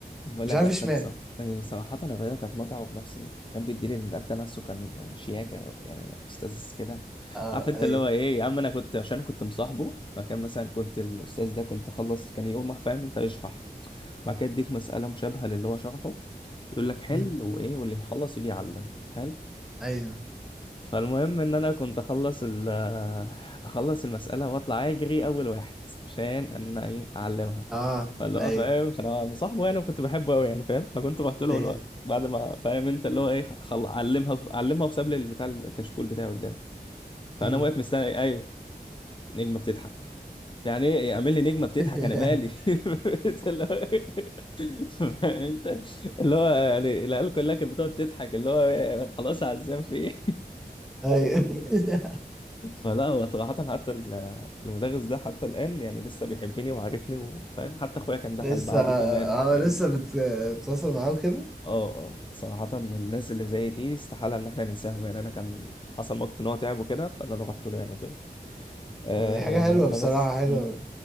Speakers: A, on the left; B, in the centre.
A: بقول
B: مش
A: لك
B: عارف
A: لا
B: اشمعنى
A: كانت ص- آه، صراحة الرياضة كانت متعة وفي نفس ال... كان بيدي لي المدى نفسه كان شياكة يعني أستاذ كده
B: اه
A: عارف أنت
B: ايوه
A: اللي هو إيه يا عم أنا كنت عشان كنت مصاحبه فكان مثلا كنت الأستاذ ده كنت أخلص كان يقوم راح فاهم أنت يشرح بعد كده يديك مسألة مشابهة للي هو شرحه يقول لك حل
B: مم.
A: وإيه واللي يخلص يجي يعلم حلو
B: ايوه
A: فالمهم ان انا كنت اخلص ال <laughs> اخلص المساله واطلع اجري اول واحد عشان ان انا ايه اعلمها
B: اه
A: فاللي
B: ايوه
A: هو فاهم فانا مصاحبه يعني وكنت بحبه قوي يعني فاهم فكنت رحت له
B: ايوه
A: اللي هو بعد ما فاهم انت اللي هو ايه خل... علمها علمها وساب لي البتاع الكشكول بتاعي قدامي فانا
B: مم.
A: واقف مستني ايوه نجمه بتضحك يعني ايه اعمل لي نجمه بتضحك
B: <laughs>
A: انا مالي <laughs> انت اللي هو فاهم <laughs> انت اللي هو يعني العيال كلها كانت بتقعد تضحك اللي هو إيه، خلاص عزام في ايه
B: ايوه <laughs>
A: فلا هو صراحة حتى ال- المدرس ده حتى الآن يعني لسه بيحبني وعارفني وفاهم حتى أخويا كان دخل
B: لسه
A: بعدي
B: اه
A: كمان فاهمني
B: لسه بتتواصل معاه كده
A: اه اه صراحة الناس اللي زي دي استحالة إن احنا ننساهم يعني أنا كان حصل موقف إن هو تعب وكده فأنا أنا رحت له يعني وكده آه
B: آه، دي حاجة حلوة بصراحة
A: فبس
B: حلوة
A: مم.